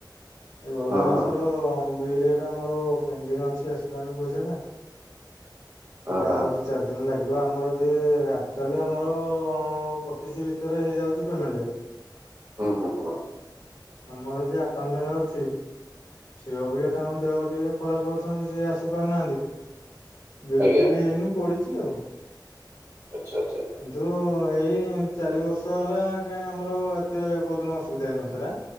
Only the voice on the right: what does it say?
ହଁ
ହଁ
ହଁ ହଁ ହଁ
ହୁଁ ହୁଁ ହୁଁ।
ଆଜ୍ଞା
ଆଚ୍ଛା ଆଚ୍ଛା।